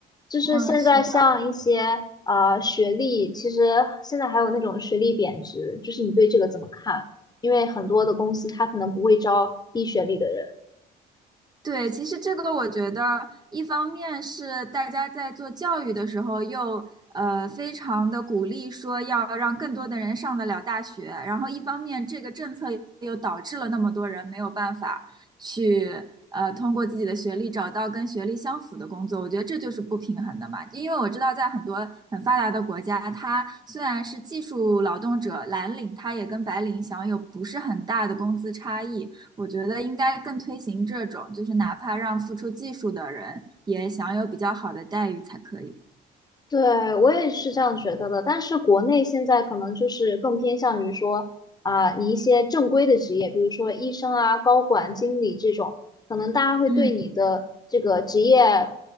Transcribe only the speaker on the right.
嗯，是的。
对，其实这个我觉得，一方面是大家在做教育的时候又，呃非常的鼓励说要让更多的人上得了大学，然后一方面这个政策又导致了那么多人没有办法去呃通过自己的学历找到跟学历相符的工作，我觉得这就是不平衡的嘛。因为我知道在很多很发达的国家，它虽然是技术劳动者蓝领，它也跟白领享有不是很大的工资差异。我觉得应该更推行这种，就是哪怕让付出技术的人也享有比较好的待遇才可以。
嗯，